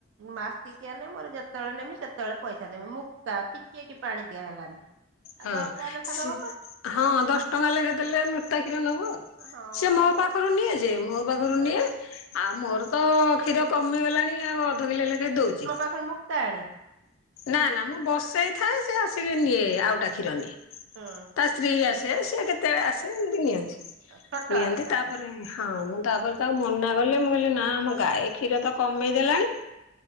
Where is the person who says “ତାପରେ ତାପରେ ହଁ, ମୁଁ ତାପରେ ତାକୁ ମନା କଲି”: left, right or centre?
Left